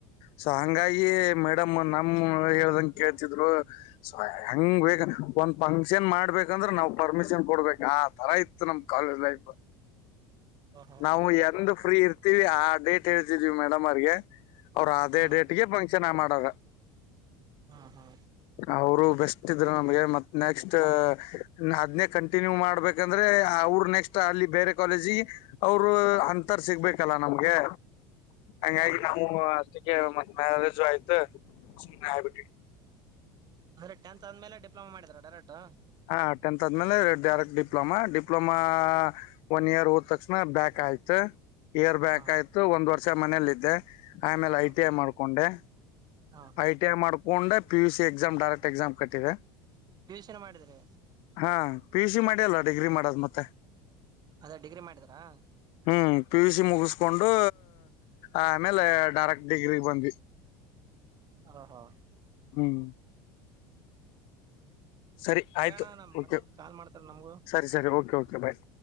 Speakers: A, on the left; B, on the right.
A: ಸೋ ಹಂಗಾಗಿ. ಡ ನಮ ಹೇಳಂಗ ಕೇಳ್ತಿದ್ರು ಹಂಗ ಬ ಒಂದ್ ಫಂಕ್ಷನ್ ಮಾಡ್ಬೇಕ. ಅಂದ್ರೆ ನಾವವು ಪರ್ಮಿಷನ್ ಕೊಡ್ಬೇಕ ಆ. ತರ ಇತ್ತು ನಮ್ ಕಾಲೇಜ್ ಲೈಫ್
B: ಓಹೋ
A: ನಾವು ಎಂದ ಫ್ರೀ ಇರ್. ಆ ಡೇಟ್ ಹೇಳ್ತಿದ್ವಿ ಮೇಡಮ್ ಅವರ್ಗೆ ಅವ್ರ ಅದೇ
B: ಹ್ಮ್
A: ಡೇಟ್ಗೆ ಚೆನ್ನಾಗ್ ಮಾಡಾಗ
B: ಹಾ ಹಾ
A: ಅವರು ಬೆಸ್ಟ್ ಇದ್ರ ನಮ್ಗೆ ಮತ್ ನೆಕ್ಸ್ಟ್ ಅದ್ನೇ ಕಂಟಿನ್ಯೂ ಮಾಡ್ಬೇಕು ಯಾಕಂದ್ರೆ ಅವರು ನೆಕ್ಸ್ಟ್ ಅಲ್ಲಿ ಬೇರೆ ಕಾಲೇಜಿ ಅವರು ಅಂತರ್ ಸಿಗ್ಬೇಕಲ್ಲ ನಮ್ಗೆ ಹಂಗಾಗಿ
B: ಹಾ ಹಾ
A: ನಾವು ಅಷ್ಟಕ್ಕೆ ಮತ್ ಮ್ಯಾರೇಜ್ ಆಯ್ತು ಸುಮ್ನೆ ಆಗಿಬಿಟ್ವಿ
B: ಅಂದ್ರೆ ಟೆಂತ್ ಆದ್ಮೇಲೆ ಡಿಪ್ಲೊಮಾ ಮಾಡಿದಾರ ಡೈರೆಕ್ಟ್
A: ಹಾ ಟೆಂತ್ ಆದ್ಮೇಲೆ direct diploma diploma one year ಹೋದ ತಕ್ಷಣ ಬ್ಯಾಕ್ ಆಯ್ತ ಇಯರ್ ಬ್ಯಾಕ್
B: ಹಾ
A: ಆಯ್ತು ಒಂದ್ ವರ್ಷ ಮನೇಲ್ಲ ಇದ್ದೆ ಆಮೇಲೆ
B: ಹಾ
A: ಐ ಟಿ ಐ ಮಾಡ್ಕೊಂಡೆ
B: ಹಾ
A: ಐ ಟಿ ಐ ಮಾಡ್ಕೊಂಡ್ P U C exam direct exam ಕಟ್ಟಿದೆ
B: ಪಿ ಯು ಸಿ ಮಾಡಿದ್ರೆ
A: ಹಾ ಪಿ ಎ ಸಿ ಮಾಡಿ ಅಲ್ಲ ಡಿಗ್ರಿ ಮಾಡೋದು ಮತ್ತೆ
B: ಅದೇ ಡಿಗ್ರಿ ಮಾಡಿದ್ರಾ
A: ಹ್ಮ್ ಪಿ ಯು ಸಿ ಮುಗಿಸಿ ಕೊಂಡು ಆಮೇಲೆ ಡೈರೆಕ್ಟ್ ಡಿಗ್ರಿ ಬಂದ್ವಿ
B: ಹಾ ಹಾ
A: ಹ್ಮ್ ಸರಿ ಆಯ್ತು
B: ಅಣ್ಣ ನಮ್
A: ಓಕೆ
B: ಮನೇಲಿ ಕಾಲ್ ಮಾಡ್ತಾರ ನಮ್ಗೂ
A: ಸರಿ ಸರಿ ಓಕೆ ಬಾಯ್